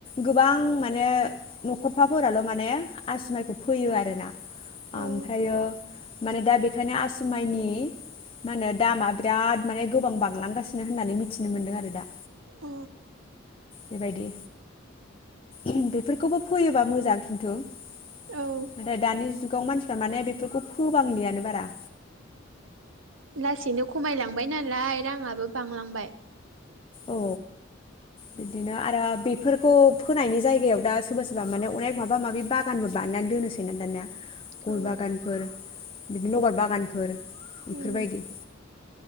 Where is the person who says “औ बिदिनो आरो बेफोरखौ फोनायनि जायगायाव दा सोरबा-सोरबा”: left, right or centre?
Left